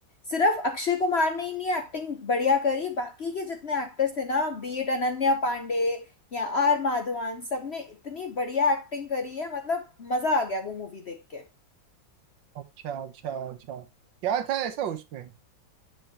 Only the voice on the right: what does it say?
अच्छा अच्छा अच्छा क्या था ऐसा उसमें